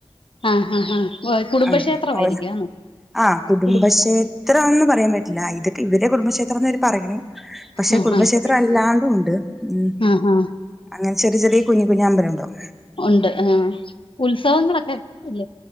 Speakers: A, on the left; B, in the centre.
A: ആഹ് ആഹ് കുടുംബക്ഷേത്രം
B: ആഹ്
A: ആയിരിക്കും ആന്നോ
B: ആഹ് കുടുംബക്ഷേത്രം
A: കുടും
B: എന്ന് പറയാൻ പറ്റില്ല ഇതൊക്കെ ഇവടെ കുടുംബക്ഷേത്രം എന്ന് ഇവര് പറയ്ണു പശേ
A: ആഹ്
B: കുടുംബക്ഷേത്രം
A: ആഹ്
B: അല്ലാണ്ടും ഉണ്ട് ഉം.
A: ആഹ് ആഹ്
B: അങ്ങനെ ചെറിയ ചെറിയ കുഞ്ഞ് കുഞ്ഞ് അമ്പലണ്ടാവും
A: ഉണ്ട് ആഹ് ഉത്സവങ്ങളൊക്കെ അല്ലേ